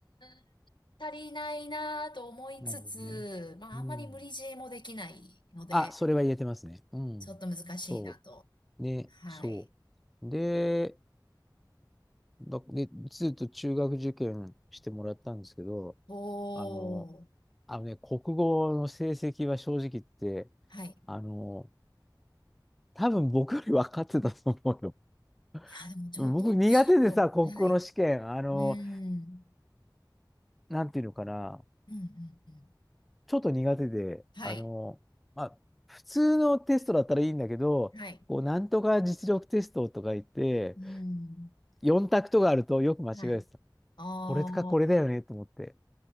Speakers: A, on the left; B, in the centre.
A: ん、足りないなと思いつつ、
B: なるほどね。
A: まあ、
B: うん。
A: あんまり無理強いもできないので、
B: あ、それは言えてますね。うん。
A: ちょっと難しいなと。
B: そう。ね、
A: はい。
B: そう。で、だ、で、ずっと中学受験してもらったんですけど、
A: おー。
B: あの、あのね、国語の成績は正直言って、
A: はい。
B: あの、多分僕より分かってたと思うよ。
A: いや、でも、
B: <laughs>
A: じょ、
B: 僕苦手でさ、
A: 読書。はい。
B: 国語の試験、あの、
A: うーん。
B: なんていうのかな、
A: うん、うん、うん。
B: ちょっと苦手で、
A: はい。
B: あの、まあ、普通のテストだったらいいんだけど、
A: はい。
B: こう、なんとか実力テストとか言って、
A: うーん。
B: 4択とかあるとよく間違えてた。
A: はい。ああ、
B: これかこれだよねと思って。